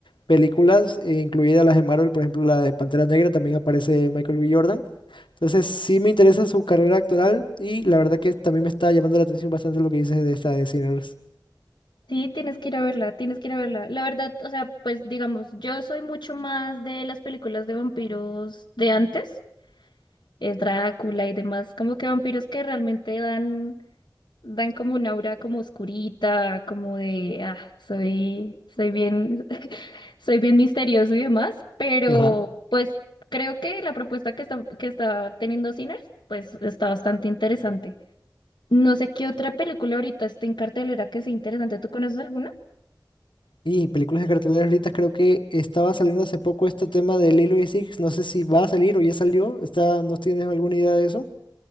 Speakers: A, on the left; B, on the left.
A: películas, eh, incluidas las de Marvel, por ejemplo, la de Pantera Negra, también aparece Michael B. Jordan. Entonces, sí me interesa su carrera actoral y la verdad que también me está llamando la atención bastante lo que dices de esta de Sinners.
B: Sí, tienes que ir a verla, tienes que ir a verla. La verdad, o sea, pues digamos, yo soy mucho más de las películas de vampiros de antes, es Drácula y demás, como que vampiros que realmente dan dan como un aura como oscurita, como de, ah, soy, soy bien, <laughs> soy bien misterioso y demás, pero
A: Ajá.
B: pues creo que la propuesta que está, que está teniendo Sinners, pues está bastante interesante. No sé qué otra película ahorita está en cartelera que sea interesante. ¿Tú conoces alguna?
A: Y películas de cartelera ahorita creo que estaba saliendo hace poco este tema de Lilo y Six, no sé si va a salir o ya salió, está, ¿no tienes alguna idea de eso?